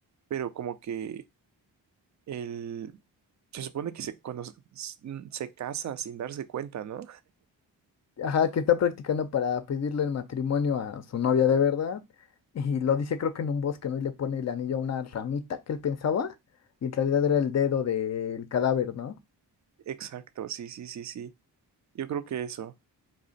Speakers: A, on the right; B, on the left.
A: pero como que el... Se supone que se, cuando se, se casa sin darse cuenta, ¿no?
B: Ajá, que está practicando para pedirle el matrimonio a su novia de verdad. Y lo dice creo que en un bosque, ¿no? Y le pone el anillo a una ramita que él pensaba. Y en realidad era el dedo del cadáver, ¿no?
A: Exacto, sí, sí, sí, sí. Yo creo que eso.